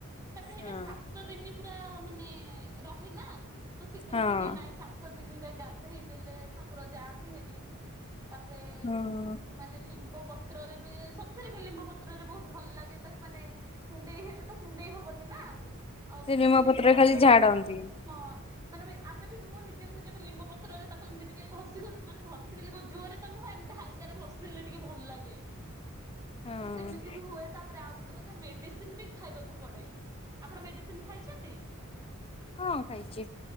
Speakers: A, on the right; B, on the left.
A: ତାପରେ ହେଇଟା
B: ହଁ
A: ସାତ ଦିନି ପୁରା ଆ ମାନେ ରହେ ନା ତ ସେ କୁହନ୍ତି
B: ହଁ।
A: ଯେ ନାଇଁ ସାତଦି ଦିନିରେ ଗାଧେଇ ଦେଲେ ଠାକୁର ଯାଆନ୍ତି ହେରି ତାପରେ
B: ହୁଁ।
A: ମାନେ ଲିମ୍ବ ପତ୍ରରେ ବି-ଇସ୍ ସତରେ ବି ଲିମ୍ବ ପତ୍ରରେ ବହୁତ ଭଲ ଲାଗେ। ତାକୁ ମାନେ କୁଣ୍ଡେଇ ହେଲେ ତ କୁଣ୍ଡେଇ ହବନି ନା ଆଉ
B: ସେ ନିମ
A: ତାକୁ ଲିମ୍ବ ପତ୍ରରେ
B: ଖାଲି ଝାଡନ୍ତି
A: ହଁ। ମାନେ ବି ଆମେ ବି ମୁଁ, ନିଜକୁ ନିଜେ ଲିମ୍ବ ପତ୍ରରେ ତାକୁ ଏମିତି ଟିକେ ଘଷି ମାନେ ଘଷି ଜୋରରେ ତ ନୁହେଁ, ଏମିତି ହାଲକାରେ ଘଷି ଦେଲେ ଟିକେ ଭଲ ଲାଗେ।
B: ହଁ
A: ତ ସେମିତି ବି ହୁଏ। ତାପରେ, ଆଉ ଗୁଟେ କଥ୍ ମେଡିସିନ ବି ଖାଇବାକୁ ପଡେ। ଆପଣ ମେଡିସିନ ଖାଇଛନ୍ତି?
B: ହଁ ଖାଇଛି।